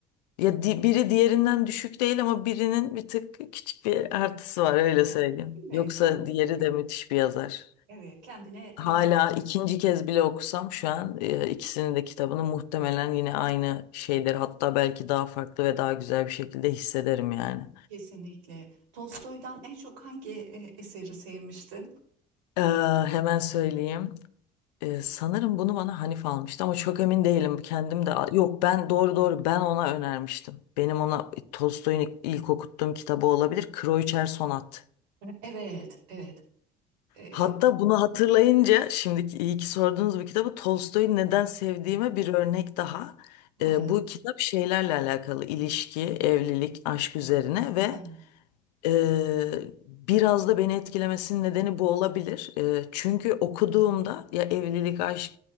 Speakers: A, on the left; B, on the right.
A: Ya di- biri diğerinden düşük değil ama birinin bir tık küçük bir artısı var öyle
B: <laughs> Ha,
A: söyleyeyim.
B: Evet,
A: Yoksa
B: kem-
A: diğeri de müthiş bir yazar.
B: evet kendine
A: Hala
B: e,
A: ikinci kez bile okusam şu an e, ikisinin de kitabını muhtemelen yine aynı şeyleri hatta belki daha farklı ve daha güzel bir şekilde hissederim yani.
B: kesinlikle. Tolstoy'dan en çok hangi e, eseri sevmiştin?
A: Ee, hemen söyleyeyim. Ee, sanırım bunu bana Hanif almıştı ama çok emin değilim. Kendim de yok ben doğru doğru ben ona önermiştim. Benim ona e, Tolstoy'un ilk, ilk okuttuğum kitabı olabilir. Kroiçer Sonat.
B: Evet, evet. E,
A: Hatta bunu hatırlayınca şimdiki iyi ki sorduğunuz bu kitabı Tolstoy'u neden sevdiğime bir örnek daha.
B: <laughs>
A: Ee, bu kitap şeylerle alakalı ilişki, evlilik, aşk üzerine ve
B: Ha,
A: Eee, biraz da beni etkilemesinin nedeni bu olabilir. Eee, çünkü okuduğumda ya evlilik, aşk,